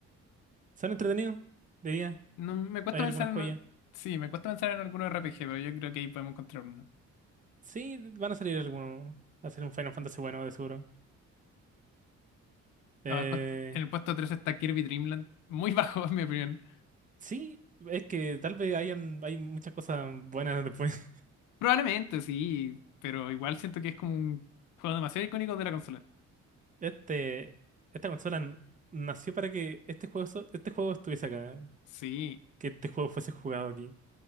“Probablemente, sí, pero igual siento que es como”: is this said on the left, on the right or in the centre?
Left